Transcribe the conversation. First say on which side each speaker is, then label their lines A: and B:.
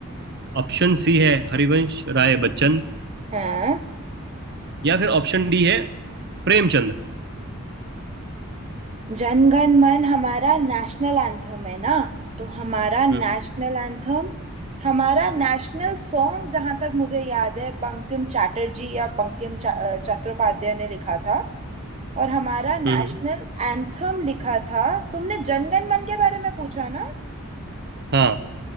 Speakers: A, on the right; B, on the right.
A: ऑप्शन सी है हरिवंश राय बच्चन
B: हाँ
A: या फिर ऑप्शन डी है प्रेमचंद
B: जनगण मन हमारा नेशनल एंथम है ना तो हमारा
A: हम्म
B: नेशनल एंथम हमारा नेशनल सॉन्ग जहां तक मुझे याद है बंकिम चटर्जी या बंकिम चा- अ, चट्टोपाध्याय ने लिखा था और हमारा
A: हम्म
B: नेशनल एंथम लिखा था तुमने जनगण मन के बारे में पूछा ना
A: हाँ